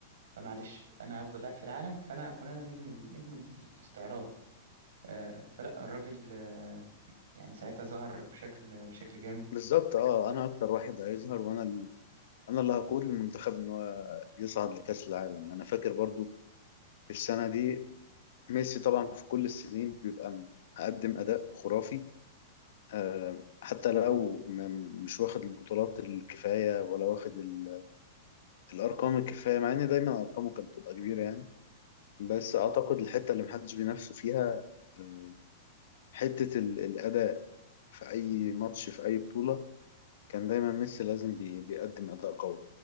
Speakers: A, on the right; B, on the left.
A: فمعلش انا افضل لاعب في العالم فانا اكون انا نجم ال- نجم ال- الاستعراض آه فلا الراجل آه يعني ساعتها ظهر بشكل بشكل جامد
B: بالظبط اه انا اكتر واحد هيظهر وانا انا اللي هقود المنتخب ان هو يصعد لكأس العالم انا فاكر برضو السنة دي ميسي طبعا في كل السنين بيبقى مقدم اداء خرافي آه، حتى لو م- مش واخد البطولات الكفاية ولا واخد ال- الارقام الكفاية مع ان دايما ارقامه كانت بتبقى كبيرة يعني بس اعتقد الحتة اللي محدش بينافسه فيها آه، حتة ال- الاداء في اي ماتش في اي بطولة كان دايما ميسي لازم بي- بيقدم اداء قوي